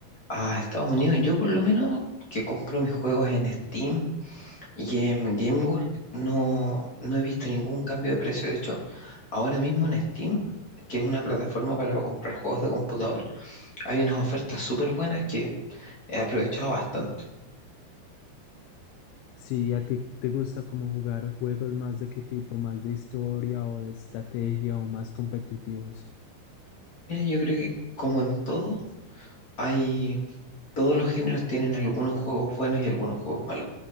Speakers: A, on the left; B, on the left.
A: a Estados Unidos, yo por lo menos que compro mis juegos en Steam y en GameWorks, no, no he visto ningún cambio de precio. De hecho, ahora mismo en Steam, que es una plataforma para comprar juegos de computador, hay unas ofertas súper buenas que he aprovechado bastante.
B: Sí, ¿a ti te gusta como jugar juegos más de qué tipo? ¿Más de historia o de estrategia o más competitivos?
A: Mira, yo creo que como en todo, hay, todos los géneros tienen algunos juegos buenos y algunos juegos malos.